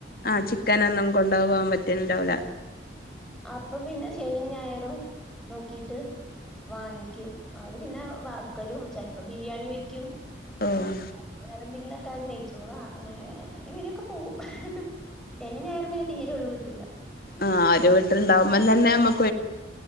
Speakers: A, on the left; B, in the centre.
A: ആഹ് ചിക്കന ഒന്നും കൊണ്ടു പോകാൻ പറ്റുന്നുണ്ടാവില.
B: അപ്പൊ പിന്നെ ശനി ഞായറും നോക്കിട്ട് വാങ്ങിക്കും. അത് പിന്നെ വറക്കലും ചിലപ്പോ ബിരിയാണി വെക്കും.
A: ഉം
B: ചെലപ്പോവേറെന്തെങ്കിലുംക്കെ ആയി നെയച്ചോറാ അങ്ങനെ അങ്ങനെ ഇങ്ങനെയൊക്കെ പോകും. ശനി ഞായറും പിന്നെ തീരെ ഒഴി കിട്ടുല്ല.
A: ആഹ് ഒരു വീട്ടിലുണ്ടാവുമ്പം തന്നെ നമ്മ